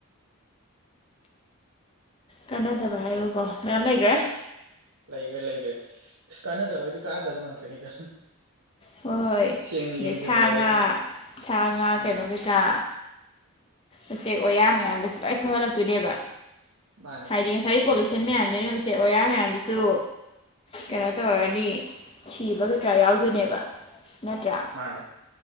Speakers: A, on the left; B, on the right.
A: ꯀꯥꯟꯅꯗꯕ ꯍꯥꯏꯌꯨꯀꯣ ꯃꯌꯥꯝ ꯂꯩꯒ꯭ꯔꯦ
B: ꯂꯩꯒ꯭ꯔꯦ ꯂꯩꯒ꯭ꯔꯦ ꯑꯁ ꯀꯥꯟꯅꯗꯕꯩꯗꯤ ꯀꯥꯟꯅꯗꯕ ꯉꯥꯛꯇꯅꯤꯗ
A: ꯍꯣꯏ ꯍꯣꯏ
B: ꯁꯦꯡꯅ
A: ꯑꯗꯩ
B: ꯌꯦꯡꯁꯜꯂꯨꯔꯒꯗꯤ
A: ꯁꯥ ꯉꯥ ꯁꯥ ꯉꯥ
B: ꯎꯝ
A: ꯀꯩꯅꯣ ꯀꯩꯀꯥ ꯎꯆꯦꯛ ꯑꯣꯌꯥ ꯃꯌꯥꯝꯒꯁꯦ ꯂꯣꯏ ꯁꯣꯛꯍꯜꯂꯛꯇꯣꯏꯅꯦꯕ
B: ꯃꯥꯅꯦ
A: ꯍꯥꯏꯗꯤ ꯉꯁꯥꯏꯒꯤ ꯄꯣꯂꯨꯁꯟ ꯃꯌꯥꯝꯗꯨꯅ ꯎꯆꯦꯛ ꯑꯣꯌꯥ ꯃꯌꯥꯝꯗꯨꯁꯨ ꯀꯩꯅꯣ ꯇꯧꯔꯅꯤ ꯁꯤꯕ ꯀꯩꯀꯥ ꯌꯥꯎꯗꯣꯏꯅꯦꯕ ꯅꯠꯇ꯭ꯔꯥ
B: ꯃꯥꯅꯦ